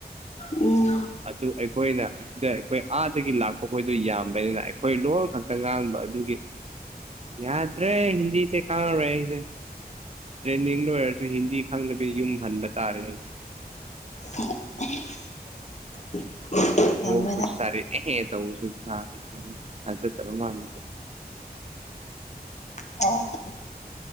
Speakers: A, on the left; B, on the right.
A: ꯎꯝ
B: ꯑꯗꯨ ꯑꯩꯈꯣꯏꯅ ꯑꯁꯤꯗ ꯑꯩꯈꯣꯏ ꯑꯥꯗꯒꯤ ꯂꯥꯛꯄ ꯈꯣꯏꯗꯨ ꯌꯥꯝꯕꯅꯤꯅ ꯑꯩꯈꯣꯏ ꯂꯣꯟ ꯈꯛꯇ ꯉꯥꯡꯕ ꯑꯗꯨꯒꯤ ꯌꯥꯗ꯭ꯔꯦ ꯍꯤꯟꯗꯤꯁꯦ ꯈꯥꯡꯉꯔꯣꯏ ꯑꯩꯁꯦ ꯇ꯭ꯔꯦꯟꯅꯤꯡ ꯂꯣꯏꯔꯁꯨ ꯍꯤꯟꯗꯤ ꯈꯪꯅꯕꯤ ꯌꯨꯝ ꯍꯟꯕ ꯇꯥꯔꯦ ꯑꯩ
A: <inaudible>
B: ꯂ
A: ꯇꯝꯕ ꯅꯠꯇꯦ
B: ꯁꯔꯦ ꯑꯦꯍ ꯇ ꯊ ꯑꯇ ꯊꯔ ꯃꯥꯅꯗ
A: ꯀꯔꯤ